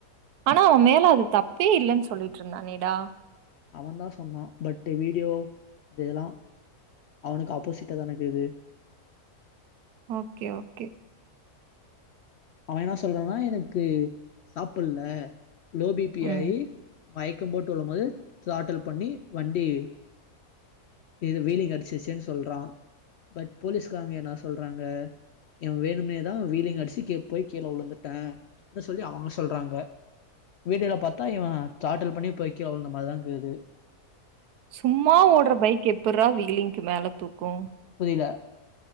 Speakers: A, on the right; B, on the left.
A: ஆனா அவ மேல அது தப்பே இல்லேன்னு சொல்லிட்டு இருந்தானேடா
B: அவ தா சொன்னா பட் வீடியோ அது இதெல்லா அவனுக்கு ஆப்போசிட்டாதானக்குது
A: ஓகே ஓகே
B: அவ என்ன சொன்னான எனக்கு சாப்புட்ல லோ பீ பீ
A: ம்.
B: ஆயி மயக்க போட்டு உழும்போது ஷ்லாட்டல் பண்ணி வண்டி இது வீலிங் அடிச்சிச்சுன்னு சொல்றா பட் போலீஸ்காரங்க என்ன சொல்றாங்க இவ வேணும்னேதா வீலிங் அடிச்சு கே போய் கீழ உழுந்துட்டா அ சொல்லி அவுங்க சொல்றாங்க வீடியோல பாத்தா இவ சாட்டல் பண்ணி போயி கிழ விழுந்த மாராதாஇக்குது
A: சும்மா ஓடுற பைக் எப்புறா வீலிங்க்கு மேல தூக்கு
B: புரில